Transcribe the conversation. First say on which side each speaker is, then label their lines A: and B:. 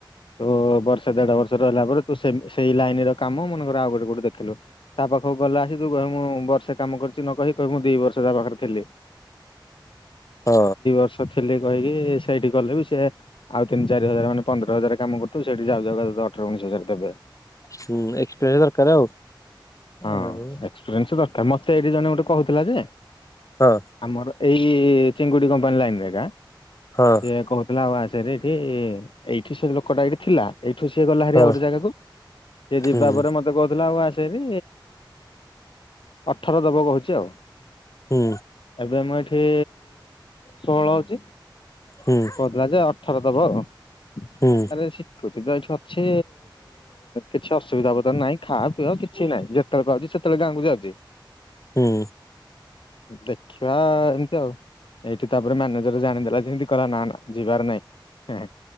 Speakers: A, on the left (about 85°); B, on the left (about 40°).
A: ତ ବର୍ଷେ ଦେଢ଼ ବର୍ଷ ରହିଲା ପରେ ତୁ ସେମ ସେଇ ଲାଇନର କାମ ମନେକର ଆଉ ଗୋଟେ କୋଉଠି ଦେଖିଲୁ। ତା ପାଖକୁ ଗଲେ ଆସି ତୁ କହେ ମୁଁ ବର୍ଷେ କାମ କରିଚି ନ କହି କହିବୁ ମୁଁ ଦି ବର୍ଷ ତା ପାଖରେ ଥିଲି।
B: ହଁ।
A: <unintelligible> ଥିଲି କହିକି ସେଇଠି କଲେ ବି ସିଏ ଆଉ ତିନ ଚାରି ହଜାର ମାନେ ପନ୍ଦର ହଜାର କାମ କରୁଥୁବୁ। ସେଇଠି ଯାଉ ଯାଉ ତୋତେ ଅଠର ଉଣେଇଶ ହଜାର ଦେବେ।
B: ହୁଁ ଏକ୍ସପସ ଦରକାର ଆଉ
A: ହଁ
B: ଆଉ
A: ଏକ୍ସପିରିଏନ୍ସ ଦରକାର ମତେ ଏଇଠି ଜଣେ ଗୋଟେ କହୁଥିଲା ଯେ
B: ହଁ
A: ଆମର ଏଇ ଚିଙ୍ଗୁଡି କ ବନ୍ଲା ନ୍ ଏକା
B: ହଁ
A: ସେ କହୁଥିଲା ଆବାଜ ସେରେଠି ଇଏ ଏଇଠି ସେ ଲୋକ ଡା ଥିଲା ଏଇଠୁ ସିଏ ଗଲା ହରି
B: ହଁ
A: ଆଉ ଗୋେ ଜାଗାକୁ ସିଏ ଯିବା
B: ହୁଁ।
A: ପରେ ମତେ କହୁଥିଲା ଆଉ ଆସ ସେବି ଅଠର ଦବ କହୁଛି ଆଉ
B: ହୁଁ
A: ଏବେ ମୁଁ ଏ ହେ ଷୋହଳ ଅଛି ସେ
B: ହୁଁ
A: କଥିଲା ଯେ ଠର ଦବ ଆଉ
B: ହୁଁ
A: ଆରେ ଶିଖୁଛି ସୁଧ ଏଇଠି ଅଛି କିଛି ଅସୁବିଧା ବ ନାହିଁ ଖାବା ପିଇବା କିଛି ନାହିଁ ଯେତେବେଳେ ପାଉଛି ସେତେବେଳେ ଗାଁକୁ ଯାଉଛି
B: ହୁଁ
A: ଦେଖିବା ଏମିତି ଆଉ ଏ ତାପରେ ମ୍ୟାନେଜର ଜାଣିଦେଲା ଯେମତି କଲା ନା ନା ଯିବାର ନାାଇଁ